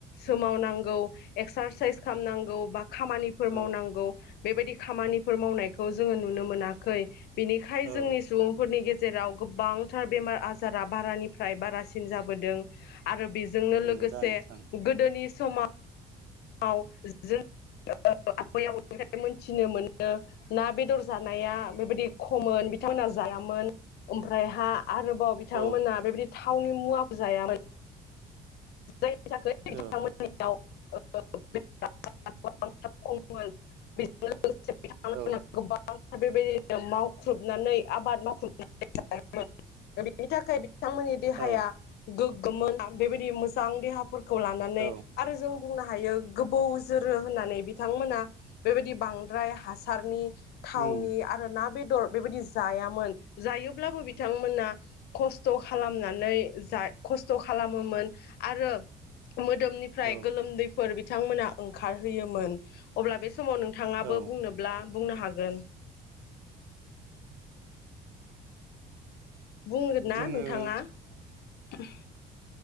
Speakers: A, on the left; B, on the right.
A: सोमावनांगौ एक्सारसाइस खालामनांगौ बा खामानिफोर मावनांगौ।
B: औ
A: बेबायदि खामानिफोर मावनायखौ जोङो नुनो मोना। खै। बिनिखाय जोंनि
B: औ
A: सुबुंफोरनि गेजेर जेराव गोबांथार बेमार आजारा बारानिफ्राय बारासिन जाबोदों आरो बे जोंनो
B: नंगौ
A: लोगोसे
B: दा नोंथां
A: गोदोनि समा आव जों आबै आबौनिफ्राय मोनथिनो मोनो ना बेदर जानाया बेबायदि खममोन बिथांमोनहा जायामोन ओमफ्राय हा आरोबाव बिथांमोना
B: औ
A: बेबायदि थावनि मुवाफोर जायामोन। जायनि थाखाय बिथांमोनियाव
B: औ
A: <unintelligible> खममोन बिदिनो लोगोसे बिथांमोन
B: औ
A: गोबां बेबायदिनो मावख्रुबनानै आबाद मावखुबायोमोन बेनि थाखाय बिथांमोननि देहाया
B: औ
A: गोग गोमोन। बेबायदि मोजां देहाफोर खौलानानै
B: औ
A: आरो जों बुंनोहायो गोबौ जोरो होननानै बिथांमोना बेबायदि बांद्राय हासारनि थावनि
B: उम
A: आरो ना बेद बेदर बेबायदि जायामोन जायोब्लाबो बिथांमोना खस्थ' खालामनानै जा खस्थ' खालामोमोन आरो मोदोमनिफ्राय
B: औ
A: गोलोमदैफोर बि बिथांमोना ओंखारहोयोमोन अब्ला बे समाव नोंथाङाबो
B: औ
A: बुंनोब्ला बुंनोहागोन बुंगोन ना
B: जोङो
A: नोंथाङा <unintelligible>